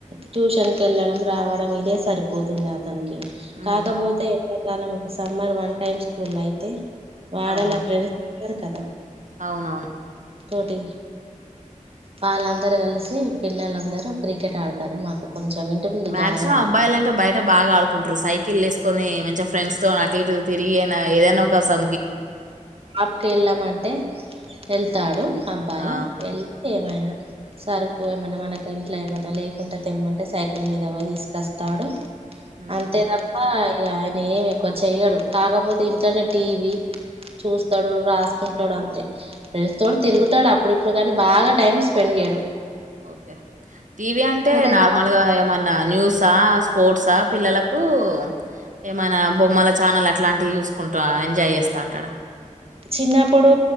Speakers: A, on the right; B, on the right.
A: ట్యూషన్ కెళ్ళడం రావడం ఇదే సరిపోతుంది
B: హుహు.
A: కాకపోతే ఎండకాలం అ మరి వన్ టైమ్ స్కూల్ అయితే వాడలా
B: అవును.
A: ఫ్రెండ్స్ సక ఉ
B: అవునవును
A: తోటి వాళ్ళందరు కలిసి పిల్లలుందరూ క్రికెట్ ఆడతారు మాకు కొంచెం ఇంటి ముందు
B: మాక్సిమం
A: జాగా ఉన్నది
B: అబ్బాయిల అంటే బయట బాగా ఆడుకుంటారు సైకిల్ వే కొన్ని మంచి ఫ్రెండ్స్ తో అటు ఇటు తిరిగి ఏదైనా ఒక స
A: షాప్ కి వెళ్ళామంటే వెళ్తు తాడు అబ్బాయి్
B: ఆ!
A: ఎ యినా సరుకు ఏమన్నా మనకు ఇంట్లో ఏమన్నా లేకుంటె తెిమ్మంటే సైకిల్ మీద పోయి తీసుకొస్తాడు
B: హుహు.
A: అంతే తప్పా ఆయన ఏమి ఎక్కువ చెయ్యడు కాకపోతే ఇంట్లనే టీవీ చూస్తాడు రాసుకుంటాడు అంతే ఫ్రెండ్స్ తోడు తిరుగుతాడు అప్పుడుప్పుడు కానీ బాగా టైమ్ స్పెండ్ చేయ్యాడు
B: ఓకే టీవీ అంటే
A: అయితే
B: నార్మల్
A: ఆడతాడు
B: గా ఏమన్నా న్యూస్ స్పోర్ట్సా పిల్లలకు ఏమైనా బొమ్మల ఛానల్ అట్లాంటివి చూసుకుంటా ఎంజాయ్ చేస్తా ఉంటాడా
A: చిన్నప్పుడు